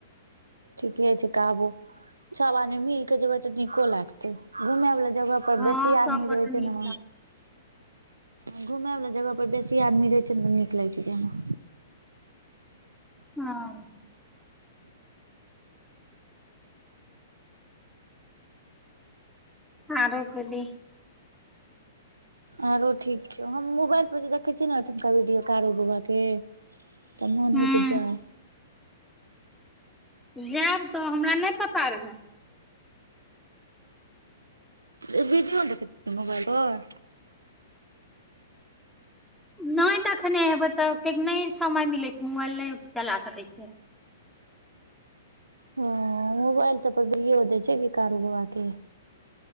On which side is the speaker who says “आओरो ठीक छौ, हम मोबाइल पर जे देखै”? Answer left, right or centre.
Right